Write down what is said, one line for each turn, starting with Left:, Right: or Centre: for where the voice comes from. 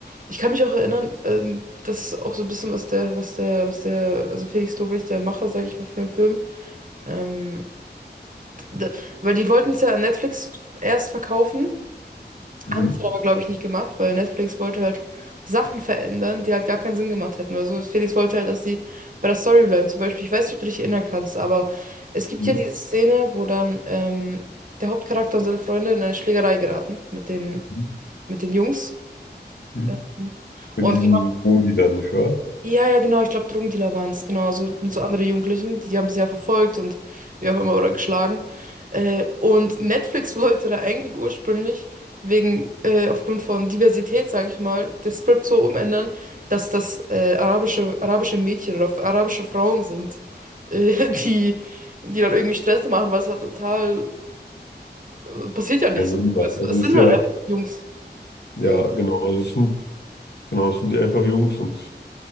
Right: ich kann mich auch erinnern, ähm, das ist auch so ein bisschen, was der, was der, was der, also Felix Lobrecht, der Macher, sage ich mal, von dem Film, ähm, d- d- weil die wollten es ja an Netflix erst verkaufen.
Left: Mhm.
Right: Haben es aber, glaube ich, nicht gemacht, weil Netflix wollte halt Sachen verändern, die halt gar keinen Sinn gemacht hätten. Also Felix wollte halt, dass die bei der Story bleiben. Zum Beispiel, ich weiß nicht, ob du dich erinnern kannst, aber es gibt
Left: Mhm.
Right: ja diese Szene, wo dann ähm, der Hauptcharakter und seine Freunde in eine Schlägerei geraten mit den,
Left: Mhm.
Right: mit den Jungs.
Left: Mhm.
Right: Ähm,
Left: Mit
Right: Und
Left: diesen Wohndealern, nicht wahr?
Right: ja, ja, genau, ich glaube, Drogendealer waren es, genau. Also mit so anderen Jugendlichen, die, die haben sie ja verfolgt und wie auch immer oder geschlagen. Äh, und Netflix <laughs> wollte da eigentlich ursprünglich wegen, äh, aufgrund von Diversität, sage ich mal, das Skript so umändern, dass das äh, arabische, arabische Mädchen oder arabische Frauen sind, <laughs> äh, die, die dann irgendwie Stress machen, was halt total äh, passiert ja nicht
Left: Keinen
Right: so.
Left: Sinn macht.
Right: Es,
Left: Also
Right: es
Left: es
Right: sind
Left: ist ja,
Right: halt einfach Jungs.
Left: ja,
Right: So,
Left: genau, also es sind, genau, es sind die einfach Jungs und